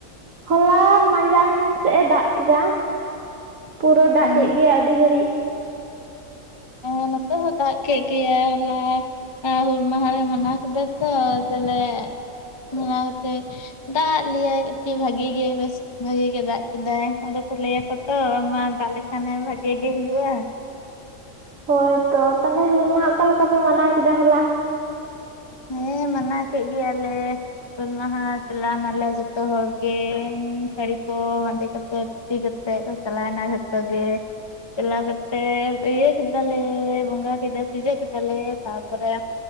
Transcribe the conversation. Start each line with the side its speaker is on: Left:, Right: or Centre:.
Right: ᱦᱚᱞᱟ ᱢᱟᱸᱡᱟᱱ ᱥᱮ ᱮ ᱫᱟᱜ ᱠᱮᱫᱟ ᱯᱩᱨᱟᱹ ᱫᱟᱜ
Left: ᱦᱮᱸ
Right: ᱠᱮ ᱜᱮᱭᱟᱭ ᱟᱹᱰᱤ ᱜᱷᱟᱹᱲᱤ
Left: ᱦᱮ ᱱᱚᱛᱮ ᱦᱚᱸ ᱫᱟᱜ ᱠᱮ ᱜᱮᱭᱟ ᱦᱚᱞᱟ ᱦᱩᱞ ᱢᱟᱸᱦᱟ ᱞᱮ ᱢᱟᱱᱟᱣ ᱠᱮᱫᱟ ᱛᱚ <unintelligible> <unintelligible> ᱫᱟᱜ ᱞᱮᱭᱟᱭ ᱟᱹᱰᱤ ᱵᱷᱟᱜᱤ ᱜᱮ ᱵᱮᱥ ᱵᱷᱟᱜᱤ ᱜᱮ ᱫᱟᱜ ᱠᱮᱫᱟᱭ ᱟᱫᱚ ᱞᱟᱹᱭ ᱟᱠᱚ ᱛᱚ ᱢᱟ ᱫᱟᱜ ᱞᱮᱠᱷᱟᱱᱮ ᱵᱷᱟᱜᱤ ᱜᱮ ᱦᱩᱭᱩᱜᱼᱟ
Right: ᱦᱳᱭ ᱛᱚ ᱛᱟᱦᱚᱞᱮ ᱦᱩᱞ ᱢᱟᱦᱟ ᱚᱠᱟ ᱞᱮᱠᱟ ᱯᱮ ᱢᱟᱱᱟᱣ ᱠᱮᱫᱟ ᱦᱚᱞᱟ
Left: ᱦᱮᱸ ᱢᱟᱱᱟᱣ ᱠᱮᱫ ᱜᱮᱭᱟᱞᱮ ᱦᱩᱞ ᱢᱟᱦᱟ ᱪᱟᱞᱟᱱᱟᱞᱮ ᱡᱚᱛᱚ ᱦᱚᱲ ᱜᱮ ᱥᱟᱹᱲᱤ ᱠᱚ ᱵᱟᱸᱫᱮ ᱠᱟᱛᱮ ᱫᱷᱩᱛᱤ ᱠᱟᱛᱮ ᱠᱚ ᱪᱟᱞᱟᱣᱱᱟ ᱡᱚᱛᱚ ᱜᱮ ᱪᱟᱞᱟᱣ ᱠᱟᱛᱮᱫ ᱤᱭᱟᱹ ᱠᱮᱫᱟᱞᱮ ᱵᱚᱸᱜᱟ ᱠᱮᱫᱟ ᱯᱩᱡᱟᱹ ᱠᱮᱫᱟᱞᱮ ᱛᱟᱨᱯᱚᱨᱮ